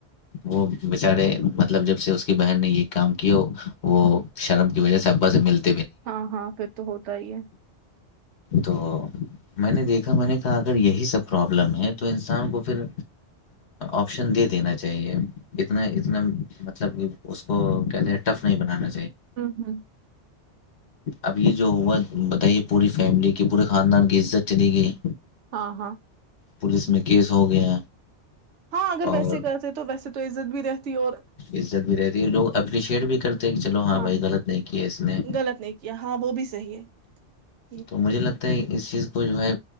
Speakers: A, on the left; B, on the right.
A: وہ بچارے مطلب جب سے اس کی بہن نے یہ کام کیا وہ شرم کی وجہ سے ابا سے ملتا
B: ہاں ہاں پھر تو ہوتا ہی ہے
A: تو میں نے دیکھا میں نے کہا اگر یہی سب پرابلم ہے تو انسان کو پھر آپشن دے دینا چاہیے اتنا اتنا مطلب کہ اس کو کہتے ہیں ٹف نہیں بنانا
B: ہاں ہاں
A: ابھی جو ہوا بتائیے پوری فیملی کی پورے خاندان کی عزت چلی گئی
B: ہاں ہاں
A: پولیس میں کیس ہو گیا
B: ہاں اگر
A: اور
B: ویسے کرتے تو ویسے تو عزت بھی رہتی اور
A: عزت بھی رہتی ہے لوگ اپریشیٹ بھی کرتے ہیں کہ چلو
B: ہاں
A: بھائی
B: ہاں
A: غلط نہیں کیا اس نے
B: غلط نہیں کیا ہاں وہ بھی صحیح ہے
A: تو مجھے لگتا ہے اس چیز کو جو ہے